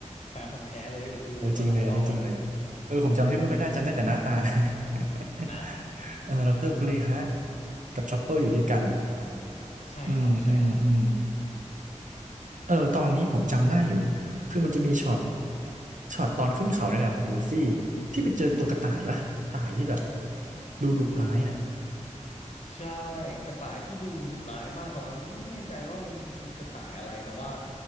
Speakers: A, on the left (about 65°); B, on the right (about 85°).
A: แฟนพันธุ์แท้เลยดูมาหลายรอบแล้ว
B: โอ้จริงเลยอันนี้จริงเลยเออผมจำชื่อไม่ค่อยได้จำได้แต่หน้าตา <laughs>
A: อ่า
B: เออดอกเตอรคุเรฮะกับชอปเปอร์อยู่ด้วยกัน
A: ใช่ครับใช่ครับ
B: อืมอืมอืมเออตอนนี้ผมจำได้อยู่คือมันจะมีช็อตช็อตตอนขึ้นเขาเนี่ยแหละของลูฟี่ที่ไปเจอตัวกระต่ายปะกระต่ายที่แบบดูดุร้ายเนี่ย
A: ใช่กระต่ายที่ดูดุร้ายมากตอนนั้นไม่แน่ใจว่ามันมันคือกระต่ายอะไรแต่ว่า